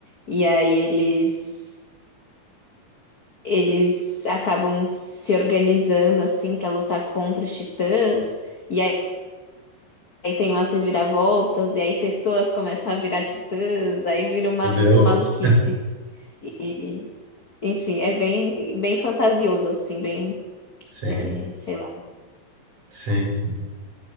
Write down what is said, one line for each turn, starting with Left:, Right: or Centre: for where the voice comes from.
Left: e aí eles. eles acabam se organizando assim para lutar contra os titãs, e aí, aí tem umas reviravoltas, e aí pessoas começam a virar titãs, aí vira uma
Right: Meu Deus.
Left: maluquice. E, enfim, é bem, bem fantasioso, assim, bem,
Right: Sim,
Left: eh, sei lá.
Right: sim, sim.